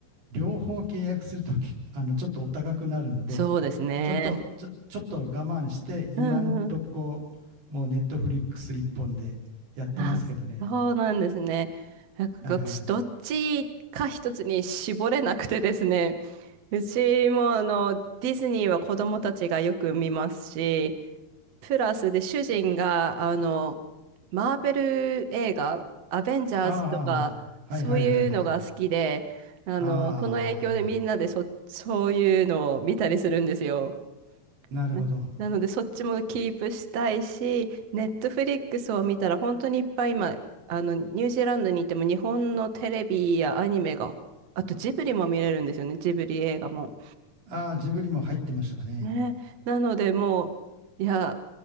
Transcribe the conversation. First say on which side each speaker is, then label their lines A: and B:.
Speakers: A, on the right; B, on the right.
A: 両方契約するとき、あの、ちょっとお高くなるので、
B: <laughs> そうですね。
A: ちょっと、ちょ、ちょっと我慢して、今んとこ、
B: うんうん。
A: もうネットフリックス一本でやってますけどね。
B: あ、そうなんですね。なんか私、
A: はいはい。
B: どっちか一つに絞れなくてですね。うちもあの、ディズニーは子供たちがよく見ますし、プラスで主人があの、マーベル映画、アベンジャーズとか、
A: ああ、はいはいはいはい。
B: そういうのが好きで、あの、
A: ああ、
B: その影響でみんなでそ、そういうのを見たりするんですよ。
A: なるほど。
B: ねななのでそっちもキープしたいし、ネットフリックスを見たら本当にいっぱい今、あの、ニュージーランドにいても日本のテレビやアニメが、あとジブリも見れるんですよね、ジブリ映画も。
A: ああ、ジブリも入ってましたかね。
B: ね、なのでもう、いや、